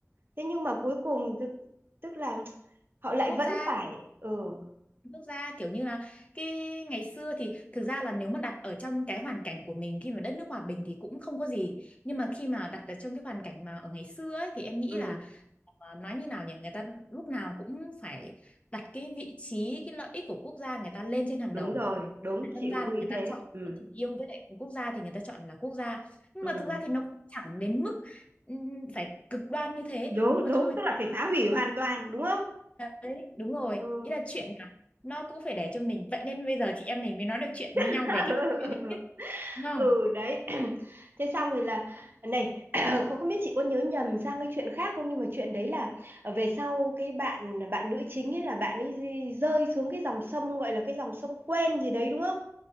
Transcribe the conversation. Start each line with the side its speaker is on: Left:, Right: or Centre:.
Right: thế nhưng mà cuối cùng tức, tức là họ lại
Left: quốc
Right: vẫn
Left: gia
Right: phải ừ
Left: Nước ra kiểu như là cái ngày xưa thì thực ra là nếu mà đặt ở trong cái hoàn cảnh của mình khi mà đất nước hòa bình thì cũng không có gì nhưng mà khi mà đặt ở trong cái hoàn cảnh mà ở ngày xưa ấy, thì em nghĩ
Right: ừ
Left: là ờ, nói như nào nhỉ người ta lúc nào cũng phải đặt cái vị trí cái lợi ích của quốc gia người ta lên trên hàng
Right: đúng
Left: đầu
Right: rồi đúng
Left: đâm
Right: chị
Left: ra
Right: cũng
Left: là
Right: nghĩ
Left: người
Right: thế
Left: ta chọn
Right: ừ
Left: giữa tình yêu với lại quốc gia thì người ta chọn là quốc gia nhưng
Right: ừ.
Left: mà thực ra thì nó cũng chẳng đến mức ừm, phải cực đoan như thế
Right: đúng
Left: nhưng mà
Right: đúng
Left: thôi
Right: tức là phải phá hủy hoàn toàn đúng không
Left: Đấy, đúng rồi.
Right: ừ,
Left: Ý là chuyện là nó cũng phải để cho mình. Vậy nên bây giờ chị em mình mới nói được chuyện với
Right: <laughs>
Left: nhau về cái chuyện đấy chứ. Đúng không?
Right: ừ đấy <clears throat> thế xong rồi là này <clears throat> không không biết chị có nhớ nhầm sang cái chuyện khác không nhưng mà chuyện đấy là ờ, về sau cái bạn bạn nữ chính ấy là bạn ấy rơi xuống cái dòng sông gọi là cái dòng sông quen gì đấy đúng không